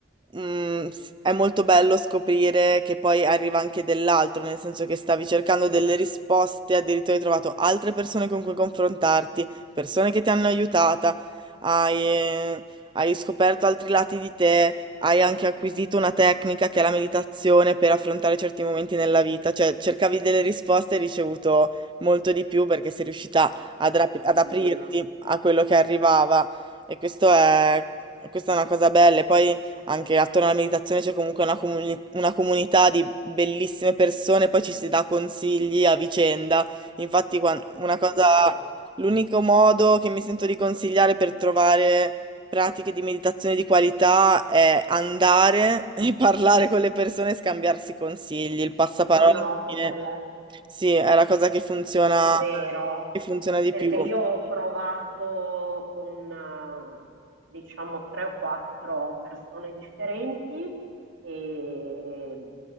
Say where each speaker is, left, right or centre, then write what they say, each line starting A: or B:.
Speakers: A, on the right; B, on the right.
A: mm, s- è molto bello scoprire che poi arriva anche dell'altro, nel senso che stavi cercando delle risposte, addirittura hai trovato altre persone con cui confrontarti, persone che ti hanno aiutata, hai, eh, hai scoperto altri lati di te, hai anche acquisito una tecnica che è la meditazione per affrontare certi momenti nella vita, cioè cercavi delle risposte e hai ricevuto molto di più perché sei riuscita ad,
B: assolutamente,
A: rap- ad aprirti a quello che arrivava e questo è, questa è una cosa bella. E poi anche attorno alla meditazione c'è comunque una, comuni- una comunità di bellissime persone, poi ci si dà consigli a vicenda. Infatti, quan- una
B: è
A: cosa,
B: vero,
A: l'unico modo che mi sento di consigliare per trovare pratiche di meditazione di qualità è andare <laughs> e parlare con le persone e scambiarsi consigli. Il passaparola
B: e conoscerle.
A: alla fine, sì, è la cosa che funziona,
B: È vero,
A: che funziona di
B: perché
A: più.
B: io ho provato con, eh, diciamo, tre o quattro persone differenti e,